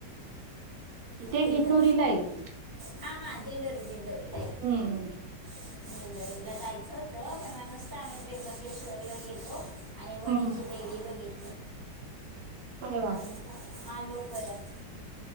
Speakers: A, on the right; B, on the left.
A: इथे
B: तिथं
A: दिंडोरीलाय. <unintelligible>
B: हा हा दिंडोरी -दिंडोरी. दिंड
A: हम्म <unintelligible>
B: दिंडोरीला जायचं होतं. पण म्हणूनच तर आम्ही, त्र्यंबकेश्वरला गेलो. आणि वणीची
A: हम्म
B: देवी बघित
A: अरे वा
B: आणि <unintelligible> आलो परत.